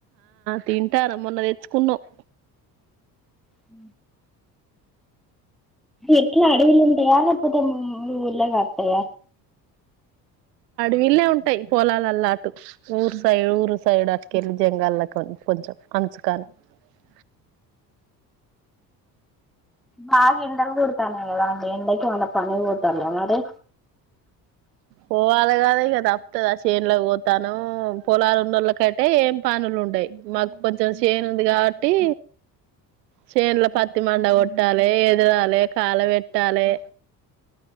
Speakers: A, on the right; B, in the centre.
A: తింటారు మొన్న తెచ్చుకున్నమ్
B: అ ఎట్లా అడవి లో ఉంటయా లేక పోతే మీ ఊర్లో కాత్తయ
A: వీళ్ళే ఉంటాయి పొలాలల్లా అటు ఊరు సైడ్ ఊరు సైడ్ అటుకెళ్ళి జంగాల్ల కొంచెం అమ్స కా <unintelligible>
B: బాగ ఎండలు కొడు తనయి కదండి ఎండకి ఏమన్న పనికి పోతల్ల మరి
A: పోవాలి కద ఇగ తప్తుదా చేనులోకి పోతానం పొలాలు ఉన్నోళ్ళ కయితే ఏం పనులు ఉంటయి మాకు కొంచెం చేన్ ఉంది కాబట్టి చేేనులో పత్తి మండ కొట్టాలి ఇరవాలే కాల పెట్టాలి